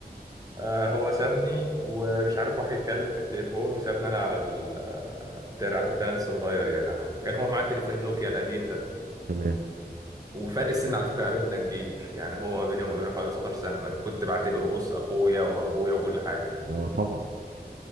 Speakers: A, on the right; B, on the right.
A: آه هو سابني ومش عارف راح يتكلم في التليفون وسابني أنا على الترعة كنت أنا لسه صغير يعني وكان هو معاه التليفون النوكيا القديم ده
B: تمام
A: وفرق السن على فكرة ما بيننا كبير يعني هو ما بيني وما بينه حوالي 19 سنة كنت بعتبره بص أخويا وأبويا وكل حاجة يعني.
B: أه طبعا <laughs>